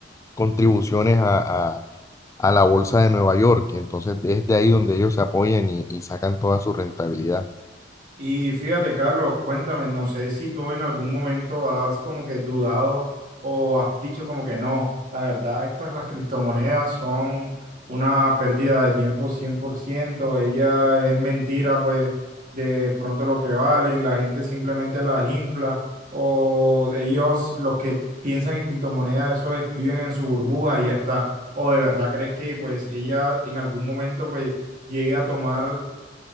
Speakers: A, on the left; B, on the right.
A: contribuciones a, a- a la bolsa de Nueva York. Entonces, es de ahí donde ellos se apoyan y, y sacan toda su rentabilidad.
B: Y fíjate, Carlos, cuéntame, no sé si tú en algún momento has como que dudado o has dicho como que no, la verdad, estas las criptomonedas son una pérdida de tiempo 100% ella es mentira, pues de pronto lo que valen, la gente simplemente las infla o ellos los que piensan en criptomonedas, eso es, viven en su burbuja y ya está, o de verdad crees que pues ella en algún momento pues llegue a tomar